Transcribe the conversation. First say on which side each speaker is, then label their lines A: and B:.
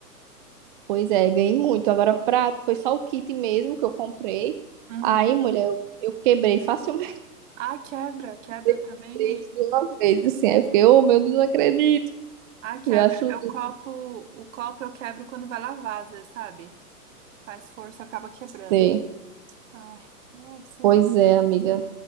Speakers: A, on the right; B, on the right.
A: Pois é, ganhei muito. Agora, prato, foi só o kit mesmo que eu comprei.
B: Uhum.
A: Aí, mulher, eu, eu quebrei facilmente
B: Ah, quebra,
A: <laughs>
B: quebra eu também.
A: três de uma vez, assim. Aí eu fiquei, oh meu Deus, não acredito.
B: Ah, quebra.
A: E eu acho lindo.
B: Eu copo, o copo eu quebro quando vai lavar, às vezes, sabe? Faz força, acaba quebrando.
A: Sei.
B: Ai, é assim
A: Pois
B: mesmo.
A: é, amiga.